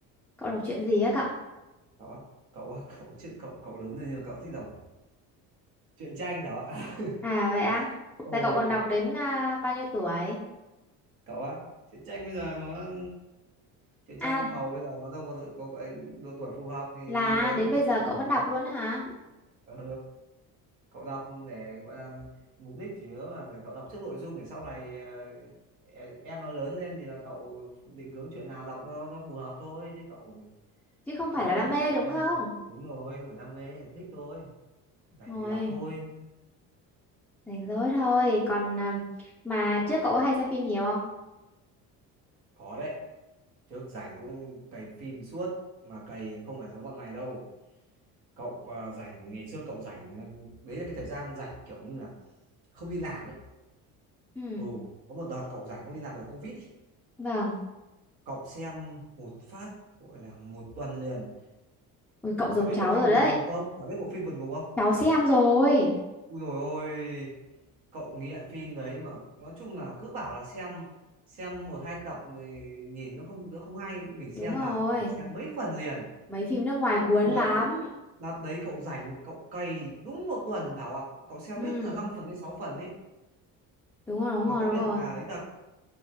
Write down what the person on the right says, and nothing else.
Cậu á, cậu <laughs> cậu chứ cậu cậu lớn rồi nhưng mà cậu thích đọc truyện tranh hả ạ?
<laughs> Ừ
cậu á truyện tranh bây giờ nó truyện tranh
màu bây giờ nó đâu có sự- có cái độ tuổi phù hợp thì
mình lớn
thì đọc
truyện nào
phải
ra
ừ cậu đọc để gọi là mục đích chủ yếu là để cậu đọc trước nội dung để sau này ờ, e- em nó lớn lên thì là cậu định hướng chuyện nào đọc nó, nó phù hợp thôi chứ cậu
lớn
này
đọc truyện
tranh
đúng rồi không phải đam mê thích thôi rảnh
thì đọc thôi
khó đấy trước rảnh cũng cày phim suốt mà cày không phải giống bọn mày đâu cậu à, rảnh ngày xưa cậu rảnh ờ, đấy là cái thời gian rảnh kiểu như là không đi làm ấy
ừ có một đợt cậu rảnh không đi làm được covid ấy.
cậu xem một phát gọi là một tuần liền
Thảo biết
bộ phim
vượt ngục không Thảo biết bộ phim vượt ngục không
ui rồi ôi cậu nghiện phim đấy mà nói chung là cứ bảo là xem xem một hai tập thì nhìn nó không nó không hay mình xem
vào mình xem mấy phần liền
ui
đợt đợt đấy cậu rảnh cậu cày đúng một tuần Thảo ạ cậu xem
hết là 5 phần đến 6 phần ấy
mà
công
nhận
là ấy thật